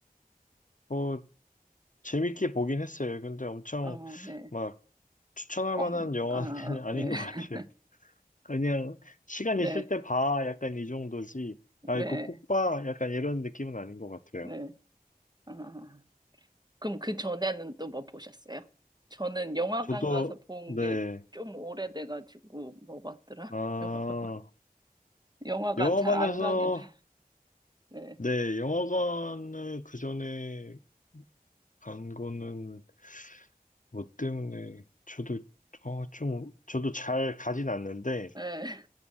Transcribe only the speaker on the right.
어, 네,
엄,
아,
네, <laughs>
네,
네,
네, 아. 그럼 그 전에는 또 뭐 보셨어요? 저는 영화관
가서 본
게 좀 오래돼가지고 뭐 봤더라?
<laughs> 영화관 영화관
잘 안 가게 돼. 네,
네,